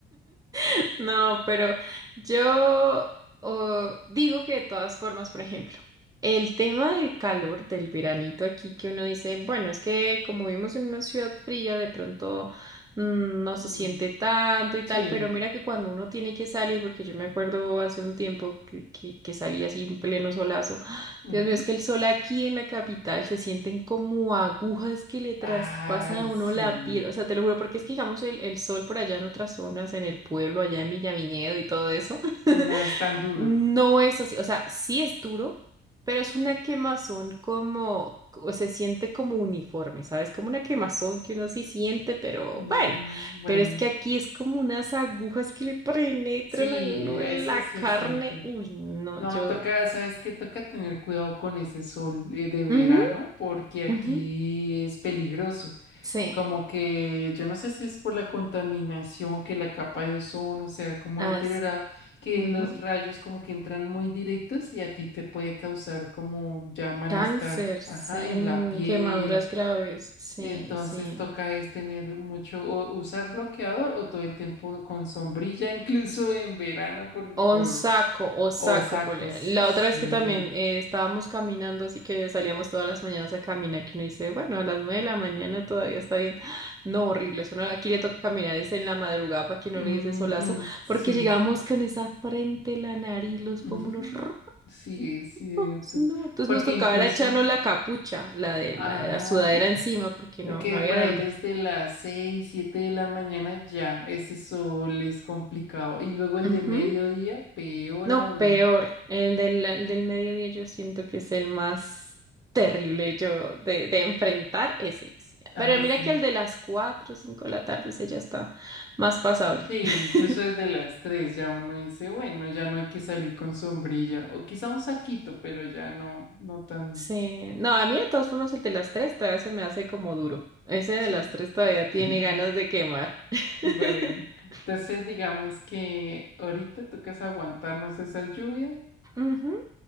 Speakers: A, on the right; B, on the left.
A: <laughs> No, pero yo oh, digo que de todas formas, por ejemplo, el tema del calor, del veranito aquí, que uno dice, bueno, es que como vivimos en una ciudad fría, de pronto mm, no se
B: Mm,
A: siente tanto y
B: sí,
A: tal, pero mira que cuando uno tiene que salir, porque yo me acuerdo hace un tiempo que, que, que salí así en pleno solazo.
B: ujú.
A: Dios mío, es que el sol aquí en la capital se sienten como agujas que le traspasan
B: Ay,
A: a uno
B: sí,
A: la piel. O sea, te lo juro, porque es que digamos el, el sol por allá en otras zonas, en el pueblo, allá en Villavinedo y todo eso, <laughs>
B: no es tan duro.
A: no es así. O sea, sí es duro, pero es una quemazón como, o se siente como uniforme, ¿sabes? Como una quemazón que uno sí siente, pero
B: Mm,
A: bueno.
B: bueno,
A: Pero es que aquí es como unas agujas que le penetran
B: sí,
A: a uno en
B: eso
A: la
B: sí
A: carne.
B: es cierto.
A: Uy, no,
B: No,
A: yo.
B: toca, ¿sabes qué? Toca tener cuidado con ese sol eh, de verano
A: Ujú,
B: porque aquí
A: ujú.
B: es peligroso.
A: Sí,
B: Como que yo no sé si es por la contaminación, que la capa de ozono se ha como
A: as,
B: deteriorado, que
A: ujú.
B: los rayos como que entran muy directos y a ti te puede causar como ya malestar,
A: Cáncer, sin
B: ajá, en la piel.
A: quemaduras graves, sí,
B: Entonces
A: sí.
B: toca es tener mucho, o usar bloqueador o todo el tiempo con sombrilla, <laughs> incluso en verano por,
A: Onsaco
B: por
A: o saco,
B: o sacos,
A: ponle. La
B: sí.
A: otra vez que también eh, estábamos caminando, así que salíamos todas las mañanas a caminar, que uno dice, bueno, a las nueve de la mañana todavía está bien. No, horrible, eso no, aquí le toca caminar es en la madrugada para que no
B: Ujú,
A: le dé ese solazo,
B: sí.
A: porque llegamos con esa frente, la nariz, los
B: ujú,
A: pómulos rojos,
B: Sí, es cierto.
A: no. Entonces
B: Porque
A: nos tocaba
B: incluso,
A: era echarnos la capucha, la de
B: ajá,
A: la, de la sudadera encima, porque no,
B: que
A: no había
B: por
A: de
B: ahí
A: otra.
B: desde las 6 7 de la mañana ya ese sol es complicado. Y luego el
A: Ujú.
B: de mediodía, peor
A: No,
B: aún.
A: peor. El del, el del mediodía yo siento que es el más terrible yo de, de enfrentar ese, ese.
B: Ay,
A: Pero mira
B: sí.
A: que el de las cuatro o 5 de la tarde, ese ya está más pasable.
B: Sí,
A: <laughs>
B: incluso desde las tres ya uno dice, bueno, ya no hay que salir con sombrilla. O quizá un saquito, pero ya no, no tan,
A: Sí. No, a mí de todas formas el de las 3 todavía se me hace como duro. Ese de
B: sí.
A: las 3 todavía
B: <laughs>
A: tiene ganas de quemar. <laughs>
B: Bueno, entonces digamos que ahorita tocas aguantarnos esa lluvia
A: Ujú.